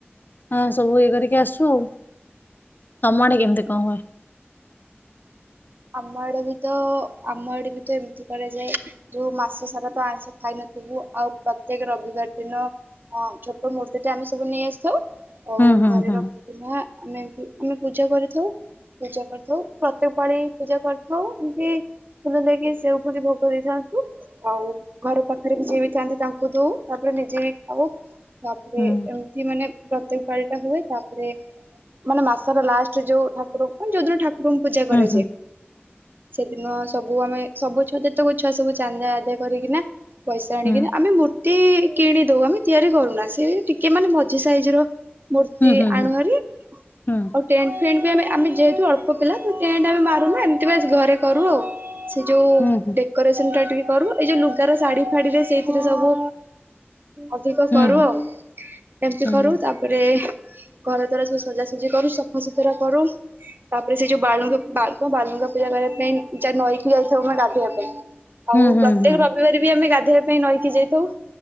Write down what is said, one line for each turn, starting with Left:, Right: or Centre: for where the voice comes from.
Left: ଆ ସବୁ ଇଏ କରିକି ଆସୁ। ଆଉ ତମ ଆଡେ କେମିତି କଣ ହୁଏ?
Right: ଆମ ଆଡେ ବି ତ ଆମ ଆଡେ ବି ତ ଏମିତି କରାଯାଏ। ଯୋଉ ମାସ ସାରା ତ ଆଇଁଷ ଖାଇନଥିବୁ ଆଉ ପ୍ରତ୍ୟେକ ରବିବାର ଦିନ ଛୋଟ ମୂର୍ତ୍ତି ଟା ଆମେ ସବୁ ନେଇ ଆସିଥାଉ ଆଉ
Left: ହୁଁ ହୁଁ
Right: ଘରେ
Left: ହୁଁ
Right: ରଖିଦିନେ ଆମେ ଆମେ ପୂଜା କରିଥାଉ ପୂଜା କରିଥାଉ ପ୍ରତ୍ୟେକ ପାଳି ପୂଜା କରିଥାଉ ଏମିତି ଫୁଲ ଦେଇକି ସେ ଉପତି ଭୋଗ ଦେଇଥାନ୍ତୁ। ଆଉ ଘର ପାଖରେ ବି ଯିଏ ବି ଥାନ୍ତି ତାଙ୍କୁ ଦଉ ତାପରେ ନିଜେ ବି ଖାଉ ତାପରେ
Left: ହୁଁ
Right: ଏମିତି ମାନେ ପ୍ରତ୍ୟେକ ପାଳି ଟା ହୁଏ ତାପରେ ମାନେ ମାସ ର ଲାଷ୍ଟ ଯୋଉ ଠାକୁର ଯୋଉଦିନ ଠାକୁର ଏବଂ ପୂଜା କରାଯାଏ।
Left: ହୁଁ ହୁଁ
Right: ସେଦିନ ସବୁ ଆମେ ସବୁ ଛୁଆ ଯେତକ ଛୁଆ ସବୁ ଚାନ୍ଦା ଆଦୟ କରିକି ନା ପଇସା ଆଣିକି
Left: ହୁଁ।
Right: ଆମେ ମୂର ତି କିଣି ଦଉ ଆମେ ତିଆରି କରୁନା ସେ ଟିକେ ମାନେ ମଝି ସାଇଜର ମୂର୍ତ୍ତି
Left: ହୁଁ ହୁଁ ହୁଁ
Right: ଆଣୁଭାରି
Left: ହୁଁ
Right: ଆଉ ଟେଣ୍ଟ ଫେଣ୍ଟ ବି ଆ ଆମେ ଯେହେତୁ ଅଳ୍ପ ଅଳ୍ପ ପିଲା ତ ଟେଣ୍ଟ ଆମେ ମାରିକି ଏମିତି ବାସ୍ ଘରେ କରୁ ଆଉ। ସେ ଯୋଉ
Left: ହୁଁ ହୁଁ ହୁଁ ହୁଁ
Right: ଡେକୋରେସନଟା <unintelligible> କରୁ ଏଇ ଯୋଉ ଲୁଗାର ଶାଢୀ ଫାଡିରେ ସେଇଥିରେ ସବୁ ଅଧିକ
Left: ହୁଁ
Right: କରୁ
Left: ହୁଁ
Right: ଆଉ ଏମିତି
Left: ହୁଁ।
Right: କରୁ ତାପରେ। ଘର ଦ୍ଵାରା ସବୁ ସଜାସଜି କରୁ, ସଫାସତୁରା କରୁ ତାପରେ ସେ ଯୋଉ ବାଳୁଙ୍ଗି ବାଳ୍ ବାଲୁଙ୍ଗା ପୂଜା କରିବା ପାଇଁ ଯା ନଈକୁ ଯାଇଥାଉ ଆମେ ଗାଧେଇବା ପାଇଁ
Left: ହୁଁ
Right: ଆଉ
Left: ହୁଁ
Right: ପ୍ରତ୍ୟେକ
Left: ହୁଁ
Right: ରବିବାର ବି ଆମେ ଗାଧ୍ ଧେଇବା ପାଇଁ ନଈକୁ ଯାଇଥାଉ